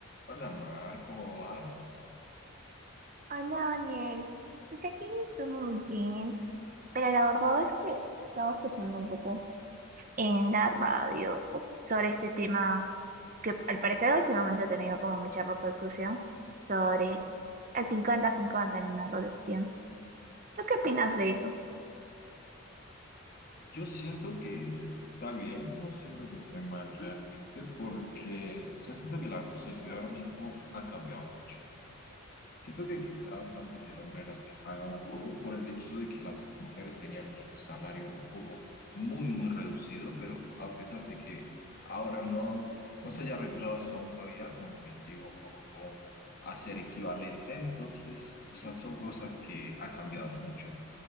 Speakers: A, on the left (about 45°); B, on the right (about 40°).
A: Hola Mar, ¿cómo vas?
B: Hola Daniel, pues aquí todo muy bien, pero la verdad es que estaba escuchando un poco en la radio sobre este tema que al parecer últimamente ha tenido como mucha repercusión sobre el 50 cincuenta en una relación. ¿Tú qué opinas de eso?
A: Yo siento que está bien, no siento que esté mal realmente, porque, o sea, siento que la sociedad ahora mismo ha cambiado mucho. Siento que quizás antes el hombre era el que pagaba todo por el hecho de que las mujeres tenían un salario un poco muy, muy reducido, pero a pesar de que ahora no, no se haya arreglado eso aún todavía, como que llega un poco como a ser equivalente. Entonces, o sea, son cosas que ha cambiado mucho.